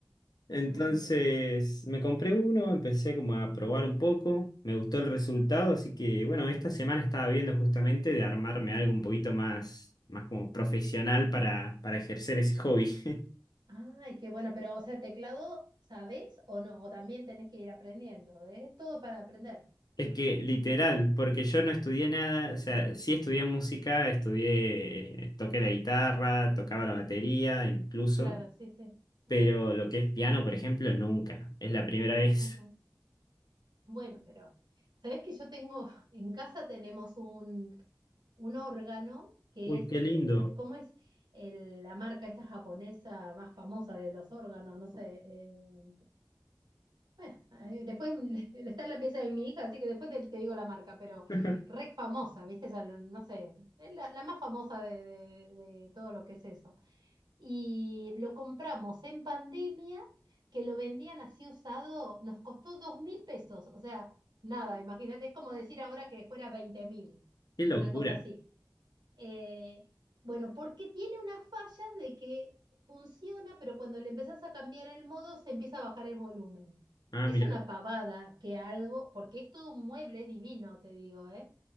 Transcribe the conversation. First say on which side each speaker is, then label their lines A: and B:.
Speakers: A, on the left; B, on the right.
A: Entonces,
B: Ah, mira.
A: me compré uno, empecé como a probar un poco, me gustó el resultado, así que, bueno, esta semana estaba viendo justamente de armarme algo un poquito más, más como profesional para, para ejercer ese hobby.
B: Ay, qué bueno, pero o sea, teclado, ¿sabés o no? O también tenés que ir aprendiendo. ¿Eh? Es todo para aprender.
A: Es que literal,
B: <laughs>
A: porque yo no estudié nada, o sea, sí estudié música, estudié, eh, toqué la guitarra, tocaba la batería incluso,
B: Claro, sí, sí.
A: pero
B: Ah, mira.
A: lo que es piano, por ejemplo, nunca. Es la primera vez.
B: Ujú. Bueno, pero ¿sabés que yo tengo, en casa tenemos un un órgano
A: <laughs>
B: que
A: Uy,
B: es,
A: qué
B: eh,
A: lindo.
B: ¿cómo es el- la marca esta japonesa más famosa de los órganos? No sé. eh, bueno, eh, después <laughs> está en la pieza de mi hija, así que después te, te digo la marca, pero
A: <laughs>
B: rec famosa, ¿viste? Esa, no sé, es la, la más famosa de, de de todo lo que es eso. Y lo compramos en pandemia, que lo vendían así usado, nos costó dos mil pesos, o sea, nada, imagínate, es como decir ahora que fuera veinte mil,
A: Qué locura.
B: una cosa así. Eh, bueno, porque tiene unas fallas de que funciona, pero cuando le empezás a cambiar el modo se empieza a bajar el volumen.
A: Ah,
B: Es
A: mira,
B: una pavada que algo, porque es todo un mueble divino, te digo, ¿eh?